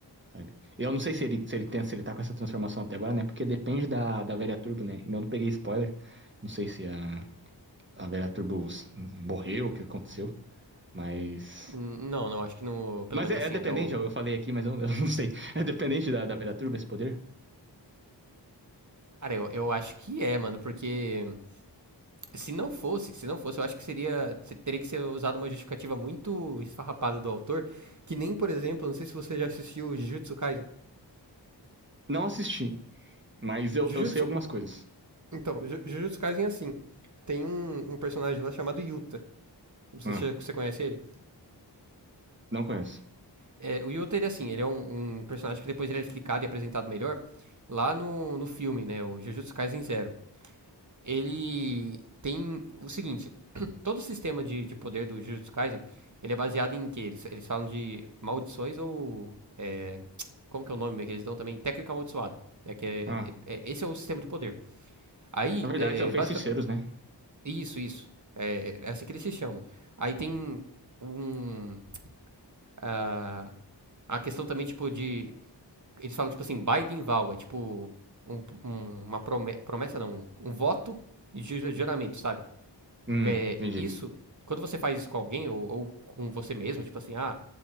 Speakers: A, on the right; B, on the right.
A: sabe? Eu não sei se ele se ele, tem, se ele tá com essa transformação até agora, né? Porque depende da, da velha Turbo, né? Eu não peguei spoiler, não sei se a, a velha Turbo morreu, o que aconteceu, mas
B: Hum, Não, não. Acho que no. Pelo
A: mas
B: menos
A: é,
B: assim,
A: é dependente,
B: até o.
A: eu falei aqui, mas eu, <laughs> eu, não sei. É dependente da, da velha Turbo esse poder?
B: Cara, eu, eu acho que é, mano. Porque. Se não fosse, se não fosse, eu acho que seria. Teria que ser usado uma justificativa muito esfarrapada do autor. Que nem, por exemplo, não sei se você já assistiu Jujutsu Kaisen.
A: Não assisti, mas eu,
B: Jujutsu.
A: eu sei algumas coisas.
B: Então, Jujutsu Kaisen é assim. Tem um, um personagem lá chamado Yuta. Não sei
A: Ah,
B: se você conhece ele.
A: não conheço.
B: É, o Yuta, ele é assim, ele é um, um personagem que depois ele é explicado e apresentado melhor lá no, no filme, né? O Jujutsu Kaisen Zero. Ele tem o seguinte: todo o sistema de, de poder do Jujutsu Kaisen, ele é baseado em que eles, eles falam de maldições ou é, como que é o nome que eles dão também? Técnica amaldiçoada, né? Que é,
A: Ah,
B: é- é, esse é o sistema de poder. Aí,
A: Na verdade,
B: é,
A: são feiticeiros,
B: basicamente,
A: né?
B: isso, isso. É, é assim que eles se chamam. Aí tem um ah, a questão também tipo de eles falam tipo assim, Biden vow, é tipo um- um- uma prome- promessa não, um voto de ju- juramento, sabe?
A: Hum,
B: é,
A: entendi.
B: isso, quando você faz isso com alguém ou, ou com você mesmo, tipo assim, ah,